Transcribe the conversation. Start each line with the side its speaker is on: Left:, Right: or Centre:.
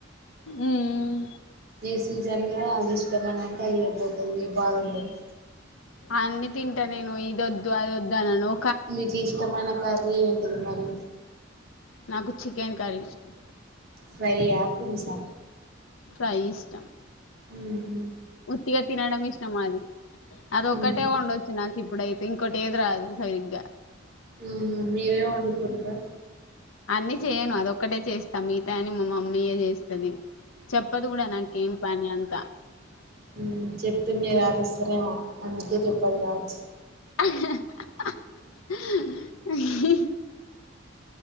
Left: ఉమ్,
Right: ఏ సీజన్ లో అది. తమన్ అంటే అయ్యపోతది బాగుండన్
Left: అన్ని తింటానేను ఇదొద్దు అదొద్దనను
Right: మీకిష్టమైన కర్రీ ఏంటిది మరి
Left: నాకు చికెన్ కర్రీ ఇష్టం
Right: ఫ్రైయా పులుసా
Left: ఫ్రై ఇష్టం
Right: ఉ
Left: ఉత్తిగా తినడం ఇష్ట అది అది ఒక్కటే
Right: ఉహు
Left: ఓడొచ్చు నాకు ఇప్పుడైతే ఇంకోటి ఏది రాదు. సరిగ్గా
Right: మ్ మీరే వండుకుంట్రా
Left: అన్నీ చేయను అదొక్కటే చేస్తా మిగతా అని మా మమ్మీయే జేస్తది చెపదు గుడా నాకేం పన్యన్ క
Right: ఉ చెప్తే మీరు అరుసరేమో అందుకే చెప్పదు కాద్ <unintelligible>
Left: <unintelligible>